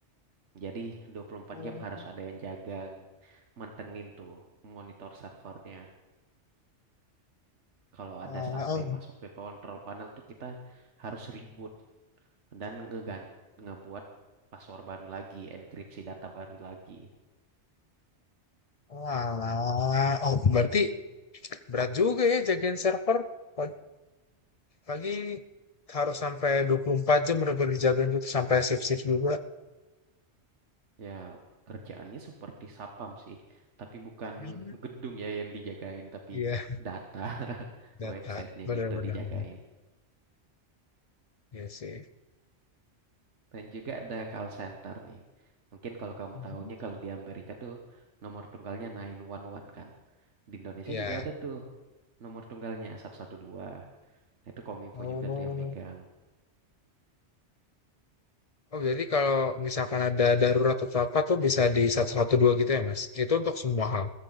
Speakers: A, on the right; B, on the left.
A: Jadi dua puluh empat
B: Oh,
A: jam harus ada yang jaga, mantengin tuh monitor servernya. Kalau
B: walah.
A: ada sampai
B: Oh,
A: masuk ke kontrol panel tuh kita harus reboot dan ngegan ngebuat password baru lagi, enkripsi data baru lagi.
B: Walah, oh berarti berat juga ya jagain server. Pag- Pagi, harus sampai 24 jam bener-bener dijagain gitu sampai shift-shift juga.
A: Ya, kerjaannya seperti sapam sih, tapi bukan
B: Hmm,
A: <laughs> gedung ya yang dijagain, tapi
B: Iya,
A: data <laughs>
B: data
A: websitenya
B: bener-bener.
A: gitu dijagain.
B: Iya sih.
A: Dan juga ada call center nih. Mungkin kalau kamu
B: Mhm.
A: tahunya kalau di Amerika tuh nomor tunggalnya 911 kan. Di Indonesia
B: Iya.
A: juga ada tuh nomor tunggalnya 112. Nah itu Kominfo
B: Oh.
A: juga tuh yang megang.
B: Oh, jadi kalau misalkan ada darurat atau apa tuh bisa di 112 gitu ya, Mas? Itu untuk semua hal